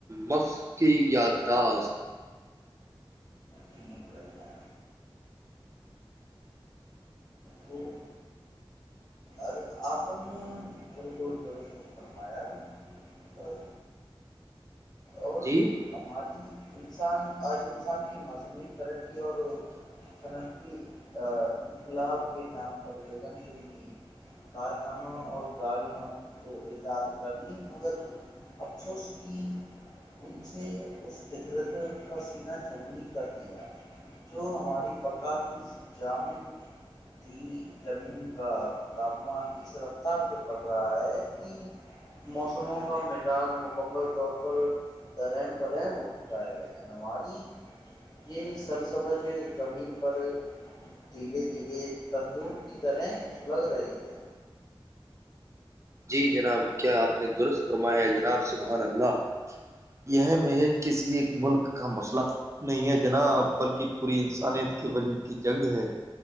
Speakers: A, on the right (about 30°); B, on the left (about 45°).
A: مف کی یاداخت
B: جی بھائی جان، تو ار- آپ نے بالکل درست فرمایا اور اور
A: جی
B: ہماری انسان آج انسان کی مصنوعی ترقی اور صنعتی انقلاب کے نام پر گگن چننی کارخانوں اور گاڑیوں تو ایجاد کر لی مگر افسوس کی ان سے اس فدرت کا سیننا تی کر دیا جو ہماری پکا کی جامع تھی زمین کا تاپمان اس رفتار پہ پڑ رہا ہے کہ موسموں کا مزاج مکمل طور پر درم برہم ہو چکا ہے بھائی جان ہماری یہ سر سبج زمین پر دھیرے دھیرے تندور کی طرح سلگ رہی ہے
A: جی جناب کیا آپ نے درست فرمایا ہے جناب سبحان اللہ یہ مہج کسی ایک ملک کا مسئلہ نہیں ہے جناب بلکہ پوری انسانیت کے وجود کی جنگ ہے